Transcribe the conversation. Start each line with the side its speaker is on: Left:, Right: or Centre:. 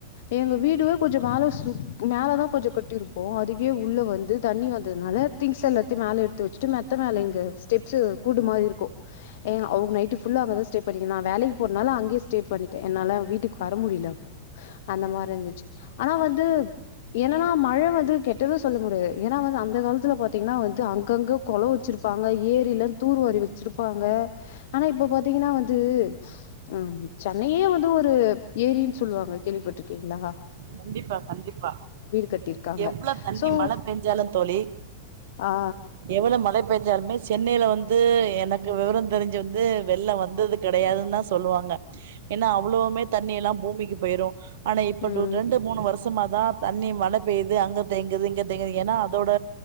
Left: எங்க வீடுவே கொஞ்ச மேல சுத் மேலதா கொஞ்ச கட்டிருப்போ அதுக்கே உள்ள வந்து தண்ணி வந்ததுனால திங்ஸ் எல்லாத்த மேல எட்த்து வெச்சுட்டு மெத்த மேல எங்க ஸ்டெப்ஸு கூடு மாரியிர்க்கூ எ அவ் நைட்டு ஃபுல்லா அங்கதா ஸ்டே அப்டி நா வேலைக் போனனால அங்கேயே ஸ்ட பண்ணிட்டே என்னால வீட்டுக்கு வர முடிலப்போ அந்த மாரி இந்துச்சு ஆனா வந்து என்னா மழ வந்து கெட்டது சொல்ல முடியாது ஏனா வந் அந்த காலத்துல பாத்தீங்ன்னா வந்து அங்கங்க கொளோ வெச்சிர்ப்பாங்க ஏரில தூர்வாரி வெச்சிருப்பாங்க ஆனா இப்ப பாத்தீங்ன்னா வந் டு ம் சென்னையே வந்து ஒரு ஏரின் சொல்லுவாங்க கேள்விப்பட்ருக்கீங்ளா
Right: கண்டிப்பா கண்டிப்பா
Left: கட்டியிருக்காங்க.
Right: எவ்ளோ தண்ணி
Left: சோ
Right: மழ பெஞ்சாலு தோழி
Left: ஆ
Right: எவ்ளோ மழ பேஞ்சாலுமே சென்னைல வந் து எனக்கு வெவரோ தெரிஞ்சுந்து வெள்ளோ வந்தது கெடையாதுன் தா சொல்லுவாங்க ஏனா அவ்ளவ்மே தண்ணி எல்லா பூமிக்கு போய்ரு ஆனா இப்ப
Left: ம்
Right: டோர் ரெண்டு மூணு வர்ஷமா தா தண்ணி மழ பெய்து அங்க தேங்குது இங்க தேங்குது ஏனா அதோட